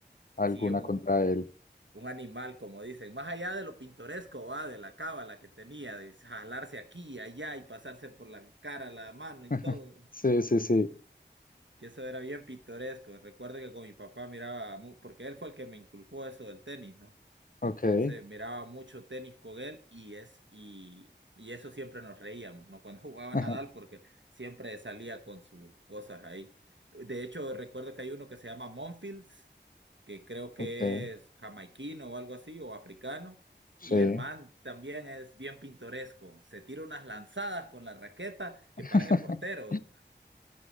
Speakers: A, on the left; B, on the right.
A: alguna
B: Sí, un,
A: contra él.
B: un animal, como dicen. Más allá de lo pintoresco, va, de la cábala que tenía, de jalarse aquí y allá y pasarse por la cara, la mano y
A: <laughs>
B: todo.
A: Sí, sí, sí,
B: que eso era bien pintoresco. Recuerdo que con mi papá miraba, mu- porque él fue el que me inculcó eso del tenis, ¿no?
A: ok,
B: Entonces miraba mucho tenis con él y es y, y eso siempre nos reíamos, ¿no? Cuando <laughs> jugaba
A: <laughs>
B: Nadal, porque siempre salía con sus cosas ahí. De hecho, recuerdo que hay uno que se llama Monfils, que creo que
A: ok,
B: es jamaiquino o algo así, o africano.
A: sí.
B: Y el man también es bien pintoresco. Se tira unas lanzadas con la raqueta que
A: <laughs>
B: parece portero.